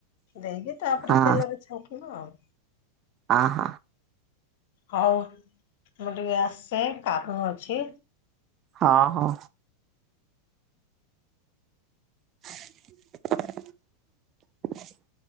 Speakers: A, on the left (about 50°); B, on the right (about 30°).
A: ଦେଇକି ତାପରେ
B: ହଁ
A: ତେଲରେ ଛାଙ୍କିବ ଆଉ।
B: ଆହ।
A: ହଉ ମୁଁ ଟିକେ ଆସେ କାମ ଅଛି।
B: ହ-ହଁ। ହ